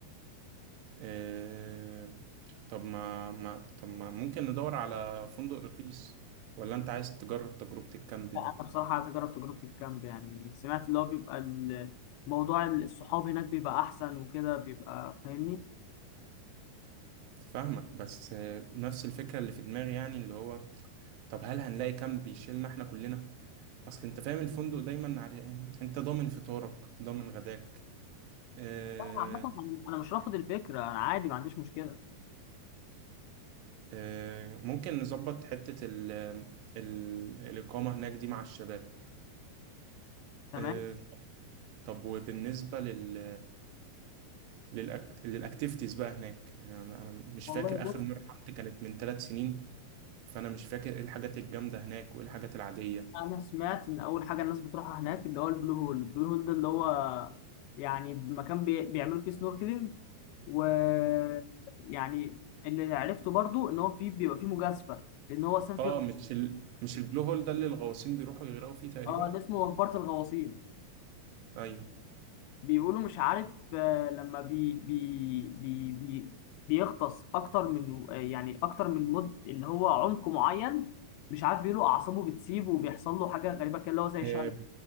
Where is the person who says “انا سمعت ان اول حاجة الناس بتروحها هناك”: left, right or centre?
Left